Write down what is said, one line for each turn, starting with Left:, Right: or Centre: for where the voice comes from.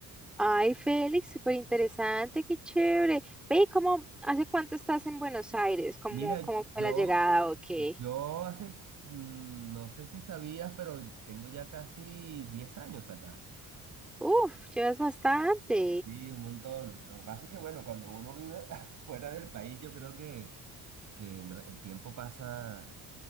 Centre: Ay, Félix, súper interesante, qué chévere. Ve, ¿y ¿cómo, hace cuánto estás en Buenos Aires? ¿Cómo,
Right: Mira,
Centre: cómo fue
Right: yo,
Centre: la llegada o qué?
Right: yo hace, mm, no sé si sabías, pero tengo ya casi 10 años acá.
Centre: Uf, llevas bastante.
Right: Sí, un montón. Lo que pasa es que, bueno, cuando uno vive <laughs> fuera del país, yo creo que que lo- el tiempo pasa